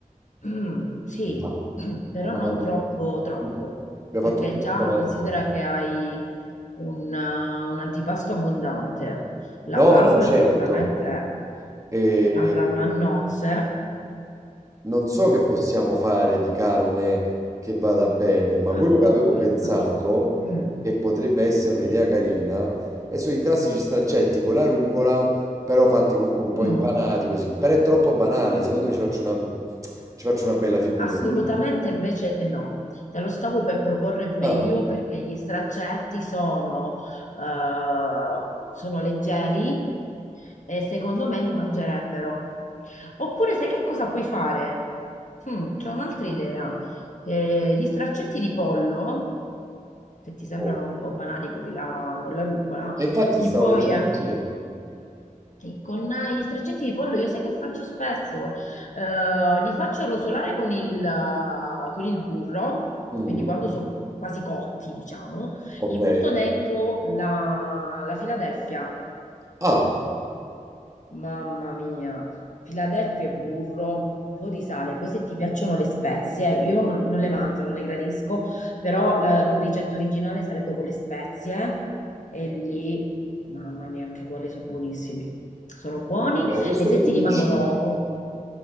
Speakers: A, on the left (about 60°); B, on the right (about 25°).
A: Mm, sì,
B: Mi fa.
A: <clears throat> però
B: Abbiamo
A: non
B: fatto
A: troppo, troppo,
B: più, abbiamo
A: perché
B: fatto più
A: già
B: terra.
A: considera che hai un, eh, un antipasto abbondante. La
B: No,
A: pasta
B: no, certo.
A: sicuramente
B: E
A: andranno a nozze.
B: Non so che possiamo fare di carne che vada bene, ma
A: Allora,
B: quello che avevo pensato,
A: fammi... ci- Mm,
B: e potrebbe essere un'idea
A: sì,
B: carina, è sono i classici
A: sì.
B: straccetti con la rucola, però fatti comunque un po'
A: Mm.
B: impanati così. Però è troppo banale, secondo me ci faccio una, ci faccio una bella figura.
A: Assolutamente
B: Dimmi-
A: invece no, te lo stavo per proporre pure
B: Ah,
A: io perché gli straccetti sono, eh, sono leggeri e secondo me li mangerebbero. Oppure sai che cosa puoi fare? Hmm, c'ho un'altra idea. Eh, gli straccetti di pollo, se ti sembrano
B: oh.
A: un po' banali quelli là con la rucola,
B: E infatti
A: gli
B: ti stavo
A: puoi...
B: dicendo
A: an-
B: sì.
A: Sì, <clears throat> Con eh, gli straccetti di pollo io sai che faccio spesso? Eh, li faccio rosolare con il, eh, con il burro,
B: Mm,
A: quindi quando sono quasi cotti, diciamo,
B: ok.
A: gli butto dentro la, la Philadelphia.
B: Ah.
A: Mamma mia, Philadelphia e burro, un po' di sale. Poi se ti piacciono le spezie, io non, non le mangio, non le gradisco, però la, la ricetta originale sarebbe con le spezie e lì, mamma mia, anche quelle sono buonissime. Sono buoni
B: Allora, questo
A: e se
B: che mi
A: ti rimangono
B: dici